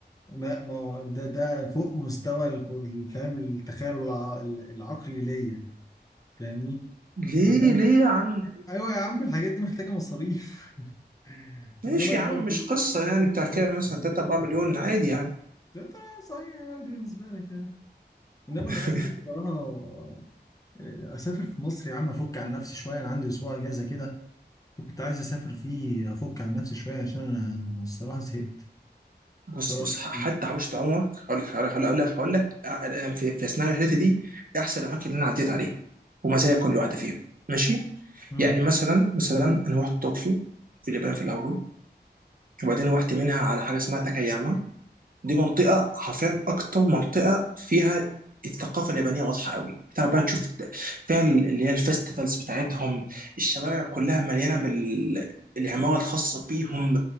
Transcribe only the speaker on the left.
ما ما هو ده ده فوق مستوى الكل- فاهم التخيل الع- العقلي ليا فاهمني
انما
ايوه يا عم الحاجات دي محتاجه مصاريف <laughs>
انما انا
قصدي
انا
قصدي
مسافر
كده
لا ترى صحيح عندي بالنسبه لك يعني انما
انا قصدي بصراحه آه، اسافر في مصر يا عم افك عن نفسي شويه انا عندي اسبوع اجازه كده فكنت عايز اسافر فيه افك عن نفسي شويه عشان انا الصراحه زهقت
بصراحه
يعني
امم